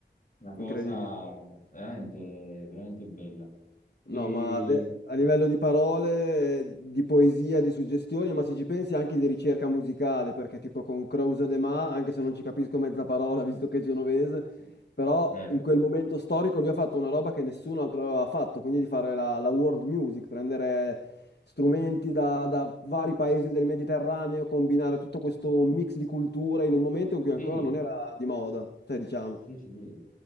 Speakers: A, on the left; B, on the left.
A: una cosa
B: incredibile.
A: veramente, veramente bella. E...
B: No, ma de- a livello di parole, eh, di poesia, di suggestioni, ma se ci pensi anche di ricerca musicale, perché tipo con Crouse de Ma, anche se non ci capisco mezza parola, <laughs> visto che è genovese,
A: eh, sì,
B: però
A: eh,
B: in
A: beh,
B: quel momento storico lui ha fatto una roba che nessun altro aveva fatto, quindi di fare la, la world music, prendere strumenti da, da vari paesi del Mediterraneo, combinare tutto questo mix di culture in un momento in cui ancora
A: sì,
B: non era di moda, cioè diciamo,
A: sì, sì.